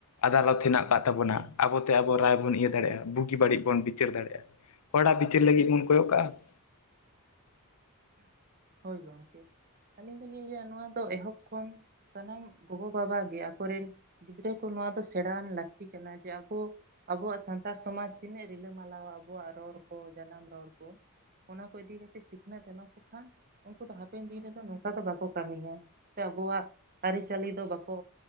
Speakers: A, on the left; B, on the right.
A: ᱟᱫᱟᱞᱚᱛ ᱦᱮᱱᱟᱜ ᱠᱟᱜ ᱛᱟᱵᱚᱱᱟ ᱟᱵᱚᱛᱮ ᱟᱵᱚ ᱨᱟᱭ ᱵᱚᱱ ᱤᱭᱟᱹ ᱫᱟᱲᱮᱜ-ᱟ ᱵᱩᱜᱤ ᱵᱟᱹᱲᱤᱡ ᱵᱚᱱ ᱵᱤᱪᱟᱹᱨ ᱫᱟᱲᱮᱜ-ᱟ᱾ ᱦᱚᱲᱟᱜ ᱵᱤᱪᱟᱹᱨ ᱞᱟᱹᱜᱤᱫ ᱵᱚᱱ ᱠᱚᱭᱚᱜ ᱠᱟᱜᱟ᱾
B: ᱦᱳᱭ ᱜᱚᱝᱠᱮ ᱟᱹᱞᱤᱧ ᱫᱚ <unintelligible> ᱱᱚᱣᱟ ᱫᱚ ᱮᱦᱚᱵ ᱠᱷᱚᱱ ᱥᱟᱱᱟᱢ ᱜᱚᱜᱚ ᱵᱟᱵᱟ ᱜᱮ ᱟᱠᱚᱨᱮᱱ ᱜᱤᱫᱽᱨᱟᱹ ᱠᱚ ᱱᱚᱣᱟ ᱫᱚ ᱥᱮᱬᱟᱣᱟᱱ ᱞᱟᱹᱠᱛᱤ ᱠᱟᱱᱟ ᱡᱮ ᱟᱵᱚ ᱟᱵᱚᱣᱟᱜ ᱥᱟᱱᱛᱟᱲ ᱥᱚᱢᱟᱡᱽ ᱛᱤᱱᱟᱹᱜ ᱨᱤᱞᱟᱹ ᱢᱟᱞᱟᱣ-ᱟ ᱟᱵᱚᱣᱟᱜ ᱨᱚᱲ ᱠᱚ ᱡᱟᱱᱟᱢ ᱨᱚᱲ ᱠᱚ᱾ ᱚᱱᱟ ᱠᱚ ᱤᱫᱤ ᱠᱟᱛᱮᱫ ᱥᱤᱠᱷᱱᱟᱹᱛ ᱮᱢᱟ ᱠᱚᱠᱷᱟᱱ ᱩᱝᱠᱩ ᱫᱚ ᱦᱟᱯᱮᱱ ᱫᱤᱱ ᱨᱮᱫᱚ ᱱᱚᱝᱠᱟ ᱫᱚ ᱵᱟᱠᱚ ᱠᱟᱹᱢᱤᱭᱟ ᱥᱮ ᱟᱵᱚᱣᱟᱜ ᱟᱹᱨᱤᱪᱟᱹᱞᱤ ᱫᱚ ᱵᱟᱠᱚ